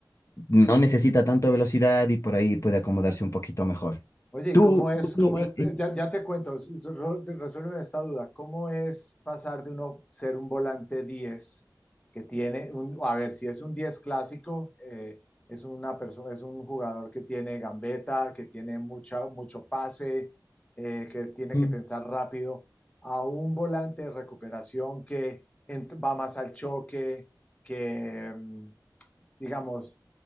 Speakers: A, on the left; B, on the left.
A: no necesita tanta velocidad y por ahí puede acomodarse un poquito mejor.
B: Oye,
A: Tú,
B: ¿y cómo es,
A: tú- tú,
B: cómo
A: eh,
B: es,
A: eh,
B: ya, ya te cuento, s- s- ro- resuélveme esta duda, ¿cómo es pasar de uno ser un volante diez que tiene, un, a ver, si es un 10 clásico, eh, es una persona, es un jugador que tiene gambeta, que tiene mucha, mucho pase, eh, que tiene
A: Mm.
B: que pensar rápido, a un volante de recuperación que ent- va más al choque, que, mm, digamos,